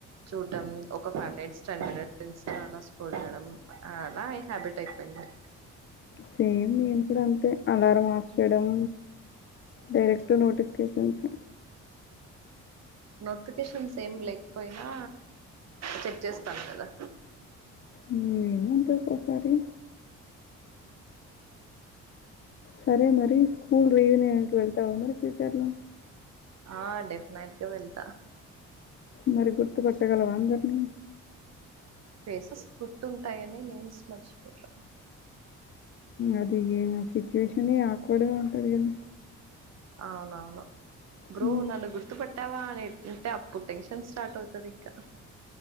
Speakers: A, on the right; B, on the left.
A: చూడ్డం ఒక ఫైవ్ మినిట్స్ టెన్ మినిట్స్ నుంచి అలా స్కోల్ చేయడం అలా హ్యాబిట్ అయిపోయింది
B: సేమ్ నేను కూడ అంతే అలారం ఆఫ్ చేయడం డైరెక్ట్ ట్ నోటిఫికేషన్స్
A: నోటిఫికేషన్స్ ఏం లేకపోయినా చెక్ చేస్తాను కదా
B: ఉమ్ అంటే ఒక్కసారి సరే మరి స్కూల్ రియూన్ అయ ట్వెల్త్ అవ్వ మరి ఫ్యూచర్లో
A: ఆ డెఫినెట్ గా వెళ్తా
B: మరి గుర్తుపట్టగలవా అందరినీ
A: ఫేసెస్ గుర్తుంటాయని నేమ్స్ మర్చిపోతా
B: అది ఆ సిచ్యువేషన్ ఆకూడ ఉంటది కదా
A: అవునవును బ్రో
B: హ్మ్.
A: నన్న గుర్తుపట్ టావా అ అంటే అప్పుడు టెన్షన్ స్టార్ట్ అవుతుంది ఇంకా